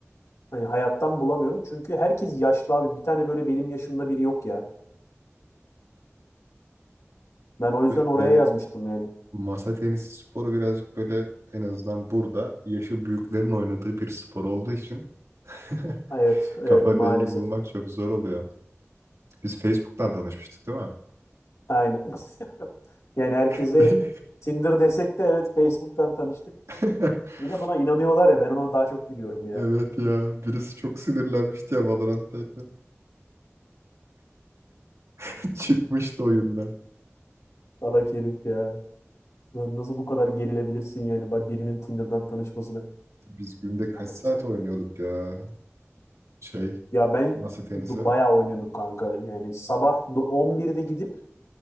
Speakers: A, on the left (about 80°); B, on the right (about 80°).
A: hani hayattan bulamıyorum. Çünkü herkes yaşlı abi. Bir tane böyle benim yaşımda biri yok ya. Ben o yüzden
B: Evet
A: oraya
B: yani
A: yazmıştım yani.
B: masa tenisi sporu birazcık böyle en azından burada yaşı büyüklerin oynadığı bir spor olduğu için <laughs>
A: Evet, evet
B: kafa
A: maalesef.
B: dengi bulmak çok zor oluyor. Biz Facebook'tan
A: <laughs>
B: tanışmıştık değil mi?
A: Aynen. <laughs> Yani herkese
B: Bir-
A: Tinder desek de evet Facebook'tan tanıştık.
B: <laughs>
A: Bir de buna inanıyorlar ya ben ona daha çok gülüyorum ya.
B: Evet ya birisi çok sinirlenmişti ya Valorant'tayken. <laughs> Çıkmıştı oyundan.
A: Salak herif ya. Lan Nasıl bu kadar gerilebilirsin yani bak birinin Tinder'dan tanışmasına.
B: Biz günde kaç
A: Ama
B: saat
A: güzel.
B: oynuyorduk ya? Şey,
A: Ya ben
B: masa tenisi.
A: d- bayağı oynuyorduk kanka. Yani sabah d- 11'de gidip